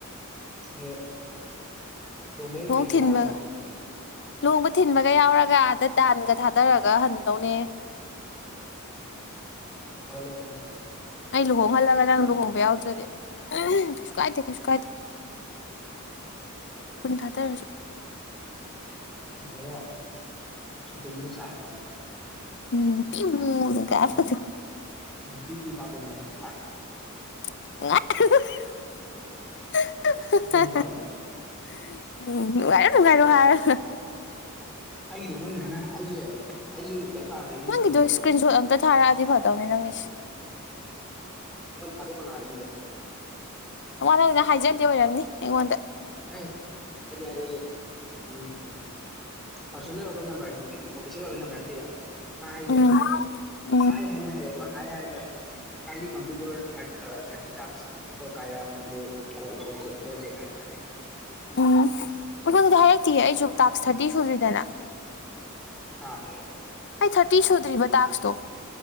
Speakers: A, in the centre; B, on the left.
A: ꯑ ꯂꯨꯍꯣꯡꯕꯩ
B: ꯂꯨꯍꯣꯡ
A: ꯀꯩꯀꯩ
B: ꯊꯤꯟꯕꯒ
A: ꯌꯥꯎ ꯍꯥꯏꯅꯣ
B: ꯂꯨꯍꯣꯡꯕ ꯊꯤꯟꯕꯒ ꯌꯥꯎꯔꯒ ꯑꯥꯗ ꯗꯥꯟꯒ ꯊꯥꯗꯔꯒ ꯍꯟꯗꯧꯅꯦ
A: ꯍ ꯀ <inaudible>
B: ꯑꯩ ꯂꯨꯍꯣꯡꯍꯜꯂꯒ ꯅꯪ ꯂꯨꯍꯣꯡꯕ ꯌꯥꯎꯗ꯭ꯔꯗꯤ ꯎꯝ ꯀꯩꯁꯨ ꯀꯥꯏꯗꯦ ꯀꯩꯁꯨ ꯀꯥꯏꯗꯦ ꯀꯨꯟ ꯊꯥꯗꯔꯁꯨ
A: ꯅꯠꯇꯒ ꯁꯣꯄꯤꯡꯗ ꯆꯥꯛꯕ
B: ꯎꯝ ꯄꯤꯃꯨꯅ
A: <inaudible> ꯀꯄꯝꯕ
B: ꯀꯥꯞꯄꯗꯣ
A: <inaudible> ꯎ ꯇꯤ ꯄꯥꯤꯗꯅ <inaudible>
B: <inaudible>
A: ꯑꯗꯨꯝ ꯐꯔꯦ
B: ꯎꯝ ꯅꯨꯡꯉꯥꯏꯔꯣ ꯅꯨꯡꯉꯥꯏꯔꯣ ꯍꯥꯏꯔꯣ
A: ꯑꯩꯒꯤꯗꯣ ꯃꯣꯏꯅ ꯁꯨꯃꯥꯢꯅ ꯑꯩꯁꯦ ꯑꯩꯁꯦ ꯂꯥꯏꯔꯤꯛ ꯄꯥꯔꯝꯕꯅꯦ ꯅꯨꯡꯗꯤꯟꯁꯦ
B: ꯅꯪꯒꯤꯗꯣ ꯏꯁꯀ꯭ꯔꯤꯟ ꯁꯣꯠ ꯑꯝꯇ ꯊꯥꯔꯛꯑꯗꯤ ꯐꯗꯧꯅꯤ ꯅꯪꯒꯤꯁꯦ
A: ꯃꯣꯏꯅ ꯊꯥꯗꯣꯛꯀꯅꯣ ꯍꯥꯏ ꯃꯤꯗ
B: ꯅꯋꯥ ꯂꯧꯗꯦ ꯍꯥꯏꯖꯜꯂꯤ ꯑꯣꯏꯔꯝꯅꯤ ꯑꯩꯉꯣꯟꯗ
A: ꯍꯦ ꯍꯥꯢꯗꯤ ꯍꯥꯏꯔꯛꯑꯦ ꯎꯝ ꯄꯔꯁꯣꯅꯦꯟ ꯑꯣꯕ ꯅꯝꯕꯔꯅꯤ ꯍꯥꯏꯗꯤ ꯑꯣꯐꯤꯁꯦꯜ ꯑꯣꯏꯕ ꯅꯝꯕꯔ ꯅꯠꯇꯦꯕ ꯃꯥ ꯍꯥꯏꯁꯦ
B: ꯎꯝ ꯎꯝ
A: ꯍꯥꯏ ꯍꯥꯏꯅ ꯍꯥꯏꯔꯦꯀꯣ ꯍꯥꯏ ꯍꯥꯏꯔꯒ ꯀꯥꯢꯟꯂꯤ complete your thirty tax for ꯀꯥꯔꯔꯥ ꯃꯅꯤꯄꯨꯔ ꯀꯣꯜ ꯄ꯭ꯔꯣ ꯄ꯭ꯔꯣꯖꯦꯛ ꯍꯥꯏꯅ ꯍꯥꯏꯔꯦ
B: ꯎꯝ ꯑꯩꯉꯣꯟꯗꯗꯤ ꯍꯥꯏꯔꯛꯇꯦꯌꯦ ꯑꯩꯁꯨ ꯇꯥꯛꯁ ꯊꯥꯔꯇꯤ ꯁꯨꯗ꯭ꯔꯤꯗꯅ
A: ꯍꯥꯥ
B: ꯑꯩ ꯊꯥꯔꯇꯤ ꯁꯨꯗ꯭ꯔꯤꯕ ꯇꯥꯛꯁꯇꯣ